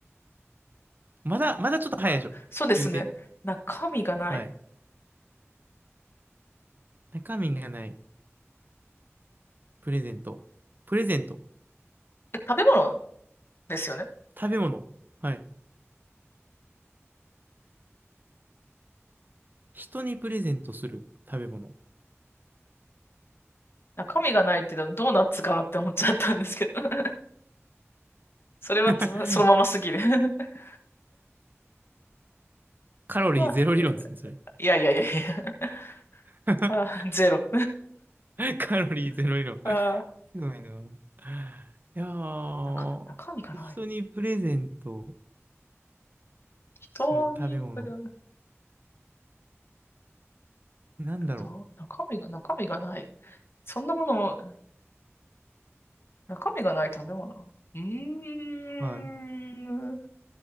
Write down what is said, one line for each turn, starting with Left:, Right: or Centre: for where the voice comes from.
Right: まだ、まだちょっと早いでしょ。
Left: かそうですね。
Right: 言うて。
Left: 中身がない。
Right: はい。中身がない。プレゼント。プレゼント。
Left: え食べ物ですよね。
Right: 食べ物。はい。人にプレゼントする食べ物。
Left: 中身がないって言ったらドーナツかなって思っちゃったんですけど。<laughs> それはつそのまますぎる。
Right: <laughs>
Left: <laughs>
Right: カロリーゼロ理論ですね、
Left: あ、
Right: それ。
Left: いやいやいやいや。
Right: <laughs>
Left: <laughs> あ、ゼロ。
Right: カロリーゼロ理論。
Left: <laughs> あ、
Right: ひどいな。いやー、
Left: 中、中身がない。
Right: 人にプレゼント
Left: 人に、
Right: する食べ物。
Left: ぶる
Right: なんだろ
Left: どう中身が、中身がない。そんなもの、中身がない食べ物。うー
Right: う。はい。
Left: ん。